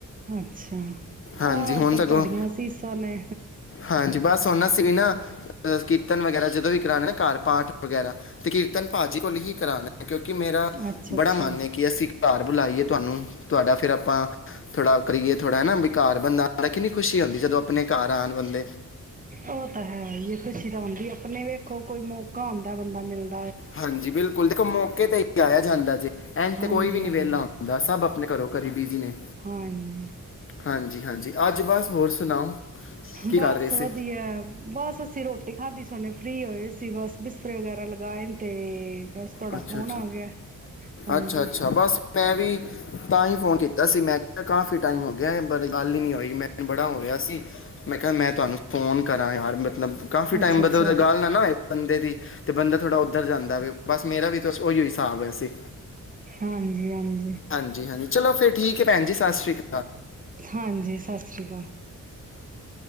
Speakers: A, on the right; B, on the left.
A: ਅੱਛਾ
B: ਹਾਂਜੀ
A: ਆਹ
B: ਹੁਣ
A: ਸਭ
B: ਸਗੋਂ
A: ਤੁਹੈਡੀਆਂ ਅਸੀਸਾਂ ਨੇ।
B: ਹਾਂਜੀ ਬਸ ਹੋਣ ਅਸੀ ਵੀ ਨਾ ਕੀਰਤਨ ਵਗੈਰਾ ਜਦੋਂ ਵੀ ਕਰਾਣੈ ਨਾ ਘਰ ਪਾਠ ਵਗੈਰਾ ਤੇ ਕੀਰਤ ਤਨ ਭਾਜੀ ਕੋਲ ਹੀ ਕਰਾਨੈ। ਕਿਉਂਕਿ ਮੇਰਾ
A: ਅੱਛਾ,
B: ਬੜਾ
A: ਅੱਛਾ
B: ਮਨ ਏ ਕਿ ਅਸੀਂ ਘਰ ਬੁਲਾਈਏ ਤੁਵਾਨੂੰ ਤੁਵਾਡਾ ਫੇਰ ਆਪਾਂ ਥੋੜਾ ਕਰੀਏ ਥੋੜਾ ਹੈ ਨਾ। ਘਾਰ ਬੰਦਾ ਆਉਂਦਾ ਕਿੰਨੀ ਖੁਸ਼ੀ ਹੁੰਦੀ ਜਦੋਂ ਆਪਣੇ ਘਰ ਆਣ ਬੰਦੇ
A: ਔ ਤਾਂ ਹੈ ਹੀ ਏ ਖੁਸ਼ ਤੀ ਜਾਂਦੀ ਅਪਣੇ ਵੇਖੋ ਕੋਈ ਮੌਕਾ ਹੋੰਦੈ ਬੰਦਾ ਮਿਲਦ
B: ਹਾਂਜੀ ਬਿਲਕੁਲ, ਦੇਖੋ ਮੌ ਕੇ ਤੇ ਈ ਆਯਾ ਜਾਂਦਾ ਜੇ। ਐੰਜ
A: ਹਾਂਜੀ,
B: ਤੇ ਕੋਈ ਵੀ ਨੀ
A: ਹਾਂਜੀ,
B: ਵੇਲਾ ਹੁੰਦਾ ਸਭ ਅਪ ਅਪਣੇ ਘਰੋ ਘਰੀ ਬਿਜੀ ਨੇ,
A: ਹਾਂਜੀ।
B: ਹਾਂਜੀ ਹਾਂਜੀ ਅੱਜ ਬਸ ਹੋਰ ਸੁਣਾਓ ਕੀ
A: ਬਸ
B: ਕਰ ਰੇ ਸੀ?
A: ਵਧੀਆ ਬਸ ਅਸੀਂ ਰੋਟੀ ਖਾਂਧੀ ਸੀ, ਹੋਣੇ ਫਰੀ ਹੋਏ ਸੀ ਬਸ ਬਿਸਤਰੇ ਵਗੈਰਾ ਲਗਾਏ ਨ ਤੇ ਬਸ ਤੁਹਾਡਾ
B: ਅੱਛਾ
A: ਫੋਨ
B: ਅੱਛਾ
A: ਆ ਗਿਆ। ਹਾਂਜੀ,
B: ਅੱਛਾ ਅੱਛਾ ਬਸ ਮੈਂ ਵੀ ਤਾਂ ਹੀ ਫੋਨ ਕੀਤਾ ਸੀ, ਮੈਕਾ ਕਾਫੀ ਟ ਟਾਈਮ ਹੋ ਗਿਐ ਬਰੇ ਗੱਲ ਹੀ ਨੀ ਹੋਈ। ਮੈਂ <inaudible> ਬੜਾ ਹੋ ਰਿਆ ਸੀ ਮੈਂ ਕਿਆ ਮੈਂ ਤਵੈਨੂੰ ਫੋਨ ਕਰਾਂ ਯਾਰ। ਮਤ ਕਾਫੀ ਟਾਈਮ
A: ਅੱਛਾ,
B: ਬਦਲ
A: ਅੱਛਾ,
B: ਗੱਲ ਨਾ ਹੋੲਏ ਬੰਦੇ ਦੀ ਤੇ ਬੰਦਾ ਥੋਰਾ ਉਧਰ ਜਾਂਦਾ ਏ ਮੇਰਾ ਵੀ ਬਸ ਉਹੀ ਹਿਸਾਬ ਹੈ ਸੀ
A: ਹਾਂਜੀ, ਹਾਂਜੀ।
B: ਹਾਂਜੀ ਚਲੋ ਠੀਕ ਆ ਫਿਰ ਭੈਣ ਜੀ ਸਤਿ ਸ੍ਰੀ ਅਕਾਲ
A: ਹਾਂਜੀ ਸਤਿ ਸ੍ਰੀ ਅਕਾਲ